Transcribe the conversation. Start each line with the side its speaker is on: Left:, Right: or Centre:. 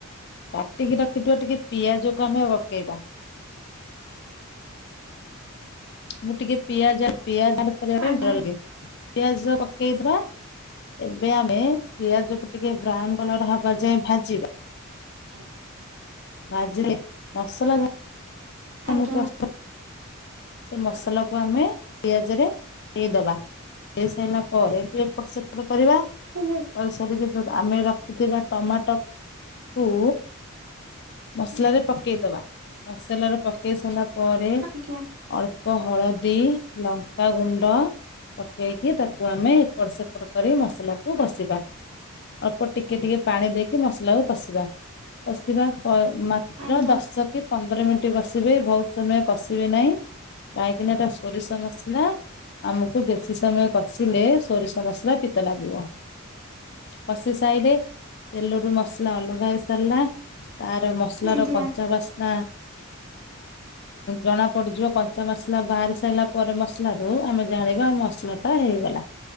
Left: କାଟିକି ରଖିଥିବା ଟିକେ ପିଆଜକୁ ଆମେ ଅକେଇବା। ମୁଁ ଟିକେ ପିଆଜ ପିଆଜଡେ <unintelligible>
Right: ଆଜ୍ଞା
Left: ପିଆଜ ପକେଇଦବା। ଏବେ ଆମେ ପିଆଜକୁ ଟିକେ ବ୍ରାଉନ କଲର ହବା ଯାଏ ଭାଜିବା।
Right: <inaudible>
Left: ଭାଜିଲେ ମସଲା।
Right: ଆଜ୍ଞା
Left: ଆମ ପ୍ରସ୍ତା ସେ ମସଲାକୁ ଆମେ ପିଆଜରେ ଦେଇଦେବା। ହେଇସାରିଲା ପରେ ବି ଏପଟ ସେପଟ କରିବା।
Right: ଆଜ୍ଞା
Left: କରିସାରିକି ଆମେ ରଖିଥିବା ଟମାଟୋ କୁ। ମସଲାରେ ପକେଇଦବା ମସଲାରେ ପକେଇ ସାରିଲା ପରେ।
Right: ଆଜ୍ଞା ଆଜ୍ଞା
Left: ଅଳ୍ପ ହଳଦୀ ଲଙ୍କାଗୁଣ୍ଡ। ପକେଇକି ତାକୁ ଆମେ ଏପଟ ସେପଟ କରି ମସଲାକୁ ବସିବା। ଅଳ୍ପ ଟିକେ ଟିକେ ପାଣି ଦେଇକି ମସଲାକୁ କଷିବା କଷିବା ମା
Right: ଆଜ୍ଞା
Left: ର ଦଶ କି ପନ୍ଦର ମିନିଟ୍ କସିବେ ବହୁତ ସମୟ କଷିବେ ନାହିଁ। କାହିଁକିନା ଏଟା ସୋରିଷ ମସଲା। ଆମକୁ ବେଶୀ ସମୟ କଷିଲେ ସୋରିଷ ମସଲା ପିତା ଲାଗିବ। କଷି ସାଇଲେ ତେଲରୁ ମସଲା ଅଲଗା ହେଇସାରିଲା ତାର ମସଲା
Right: ଆଜ୍ଞା
Left: ର କଞ୍ଚା
Right: ହୁଁ
Left: ବାସ୍ନା ଜଣା ପଡିଯିବ କନ କଚା ବାସ୍ନା ବାହାରି ସାରିଲା ପରେ ମସଲା ରୁ ଆମେ ଜାଣିବା ମସଲା ଟା ହେଇଗଲା।